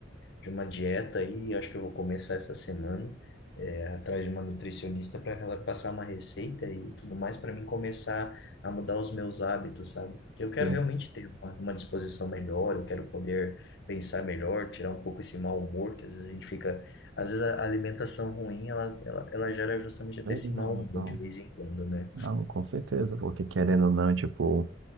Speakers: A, on the left; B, on the right.
A: de uma dieta aí, acho que eu vou começar essa semana, é, atrás de uma nutricionista para ela passar uma receita e tudo mais para mim começar a mudar os meus hábitos, sabe? Porque eu quero
B: Sim.
A: realmente ter uma, uma disposição melhor, eu quero poder pensar melhor, tirar um pouco esse mau humor que às vezes a gente fica, às vezes a alimentação ruim, ela, ela, ela gera justamente até
B: Legal,
A: esse mau humor
B: Então,
A: de vez em quando, né?
B: não, com certeza, porque querendo ou não, tipo,